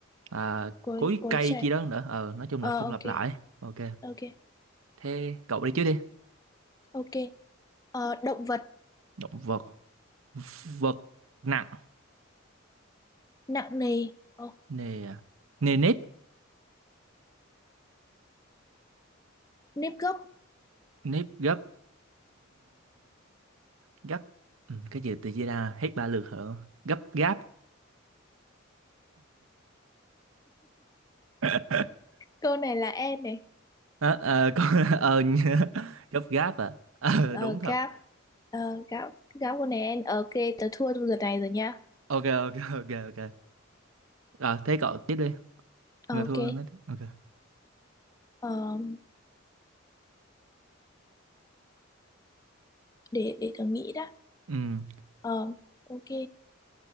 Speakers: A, on the right; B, on the left.
A: à,
B: cuối
A: cối
B: cuối
A: cây
B: trẻ.
A: chi đó nữa ờ nói chung
B: Ờ,
A: là không
B: ok,
A: lặp lại ok
B: ok,
A: thế cậu đi trước đi
B: ok. Ờ, động vật,
A: động vật vật nặng
B: nặng nề, ờ,
A: nề nề nếp
B: nếp gấp.
A: nếp gấp gấp ừ, cái gì tự chia ra hết ba lượt hả gấp gáp <laughs>
B: Câu này là en này.
A: Ờ, ờ, con <laughs> ờ, nhớ- gấp gáp à Ờ,
B: Ờ,
A: đúng thật
B: gáp, ờ, gáp, gáp câu này en. Ok, tớ thua trong lượt này rồi nha.
A: ok ok ok ok à, thế cậu tiếp đi
B: Ờ,
A: người thua
B: ok,
A: nói tiếp ok
B: ờ, để để tớ nghĩ đã.
A: ừ,
B: Ờ, ok,